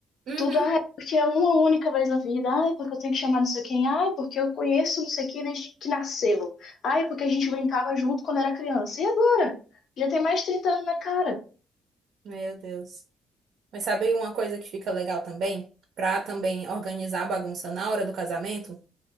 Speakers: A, on the right; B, on the left.
A: Uhum.
B: Tudo, ai, porque é uma única vez na vida. Ai, porque eu tenho que chamar não sei quem. Ai, porque eu conheço não sei quem desde que nasceu. Ai, porque a gente brincava junto quando era criança. E agora? Já tem mais de 30 anos na cara.
A: Meu Deus. Mas sabe uma coisa que fica legal também? Pra também organizar a bagunça na hora do casamento?